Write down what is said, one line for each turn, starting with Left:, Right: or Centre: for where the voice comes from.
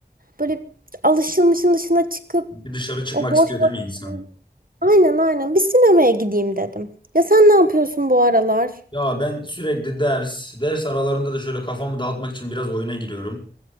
Right: böyle alışılmışın dışına çıkıp
Left: Bir dışarı çıkmak
Right: o boş
Left: istiyor değil
Right: vakit-
Left: mi insan?
Right: Aynen aynen bir sinemaya gideyim dedim. Ya sen ne yapıyorsun bu aralar?
Left: Ya ben sürekli ders, ders aralarında da şöyle kafamı dağıtmak için biraz oyuna giriyorum.